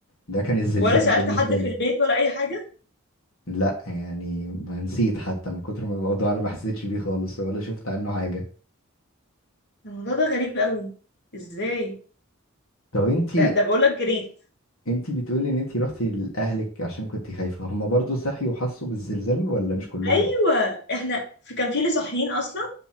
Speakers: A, on the left (about 70°); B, on the left (about 50°).
A: ده كان الزلزال
B: ولا سألت
A: بالنسبه
B: حد في
A: لي
B: البيت ولا اي حاجة
A: لا يعني ما نسيت حتى من كتر ما الموضوع انا ما حسيتش بيه خالص ولا شفت عنه حاجه
B: الموضوع ده غريب قوي ازاي
A: طب انتي
B: ده ده بقولك جريت
A: انتي بتقولي ان انتي رحتي لاهلك عشان كنتي خايفه هما برضو صحيوا وحسوا بالزلزال ولا مش كلهم
B: ايوه احنا في كان في اللي صاحيين اصلا